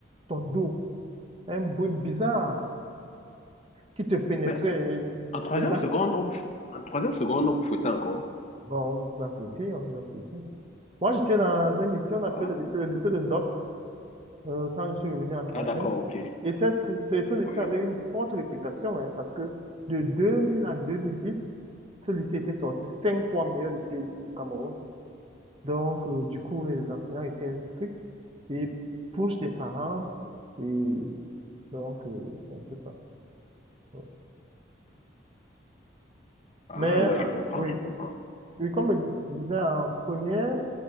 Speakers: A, on the right; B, on the left.
A: ton dos, un bruit bizarre qui te pénétrait.
B: Mais en troisième
A: Et, et là,
B: seconde, on vous... en troisième seconde, on vous fouettait encore.
A: bon, on nous a foutus, on nous a foutus. Moi, j'étais dans un lycée, on appelle
B: Ah,
A: le lycée, le lycée de Ndom. euh, quand je suis revenu en troisième.
B: ah, d'accord, ok.
A: Et cette, ce ce lycée
B: Oui.
A: avait une forte réputation, hein, parce que de 2000 à 2010, ce lycée était sorti cinq fois meilleur lycée au Cameroun. Donc, euh, du coup, les enseignants étaient stricts et proches des parents. Et donc, euh, c'est un peu ça. ouais.
B: Ah
A: Mais,
B: ouais,
A: euh,
B: je comprends,
A: oui,
B: je comprends.
A: oui, comme je disais, en première,